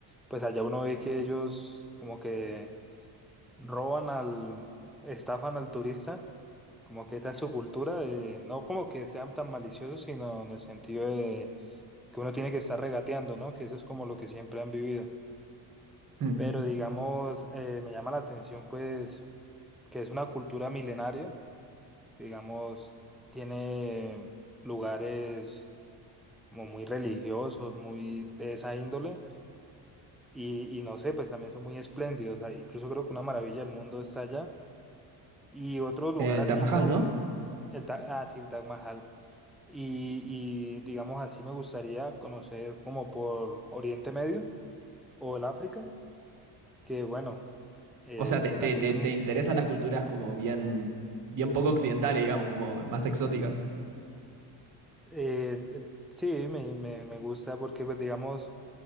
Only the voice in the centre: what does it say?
pues allá uno ve que ellos como que roban al, estafan al turista como que está en su cultura de, no como que sean tan maliciosos, sino en el sentido de que uno tiene que estar regateando, ¿no? Que eso es como lo que siempre han vivido.
Pero digamos, eh, me llama la atención pues que es una cultura milenaria, digamos, tiene lugares como muy religiosos, muy de esa índole, y, y no sé, pues también son muy espléndidos, ah, incluso creo que una maravilla del mundo está allá, y otro lugar
así
también,
el, Ta- ah, sí, el Taj Mahal, Y, y digamos así, me gustaría conocer como por Oriente Medio o el África, que bueno, eh,
también
es,
eh, eh, sí, me, me, me gusta porque pues digamos,